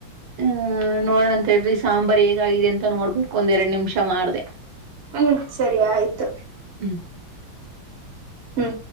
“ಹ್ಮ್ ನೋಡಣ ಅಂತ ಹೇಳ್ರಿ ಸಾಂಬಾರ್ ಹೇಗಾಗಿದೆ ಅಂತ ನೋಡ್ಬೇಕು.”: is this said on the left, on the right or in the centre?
Right